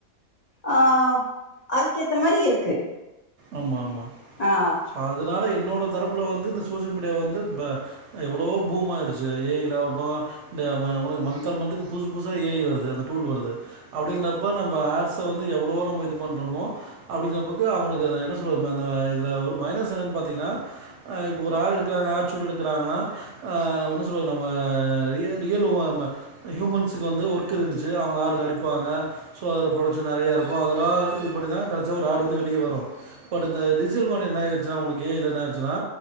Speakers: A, on the left; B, on the right.
A: ஆ அதுக்கேத்த மாரி இருக்கு
B: ஆமா ஆமா
A: ஆ
B: அதனால என்னோட தரப் புல வந்து இந்த சோசியல் மீடியா வந்து ப்ப எவ்ளோவோ பூம்மர் ரிசர்வாயி ஏ ஐ யில ஆவட்டு இந்த ம ஒனக்கு மந்த் ஆன் மந்த்துக்கு புது புதுசா ஏ ஐ வருது அந்த டூல் வருது அப்டிங்கிறப்ப நம்ப ஆட்ஸ வந்து எவ்ளேவோ நம்ம இது பண்ணுறோமோ அப்டிங்கிறப்போது அவுங்களுக்கு இதுல நா என்ன சொல்றது இந்த வ இதுல ஒரு மைனஸ் என்னன்னு பாத்தீங்ன்னா அ இப்போ ஒரு ஆடு எடுக்கறாங்க ஆட் சூட் எடுக்கறாங்கன்னா அ என்ன சொல்லி நம்ம ரியல் ரியல் ஹூம்ம ஹியூமன்ஸுக்கு வந்து ஒர்க் இருந்துச்சு அவங்க ஆடுல நடிப்பாங்க ஸோ அதுல ப்ரொடக்ஷன் நெறையாருக்கு அதெல்லா இது பண்ணி தா கடைசியா ஒரு ஆடு வந்து வெளியே வரு பட் இந்த டிஜிட்டல் மார்க்கெட்டிங் என்னாயிருச்சுன்னா உங்களுக்கு ஏ ஐல என்ன ஆச்சுன்னா